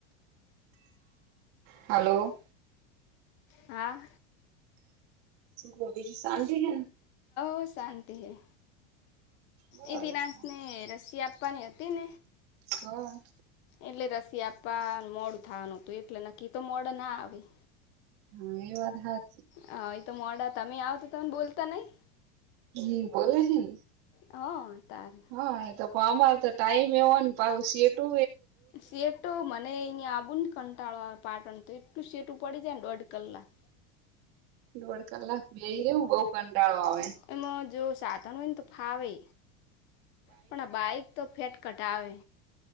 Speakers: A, on the right; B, on the left.
A: હલો
B: હા
A: ગોટી, જ સાી હ
B: ઓ શાંતિ હૈ,
A: બસ
B: એ વિરાસ ને રશિયા પણણી હોત ન
A: હા
B: એટલે રસી આપવા મોડ થવાનું હતુ, એટલે નકી તો મોડ ના આવી
A: હા, એ વાત હા
B: હા, એ તો મોડા તમે આવ તો તને બોલતા નહી
A: હમ, બ છેન
B: હ તારે
A: હા, એ તો પણ અમારે તો ટાઈમ એવો ને પાવ સટુ
B: સટો, મ આબુ કંટાળવા પાટણ, તો એટલું સેટું પડી જાય ને દોઢ કલાક
A: દોઢ કલાક બે રવ બહ કંટાળો આવે.
B: એમાં જો સાધન હોય ને તો ફાવે પણ બાઈક તો ફેટ કટાવે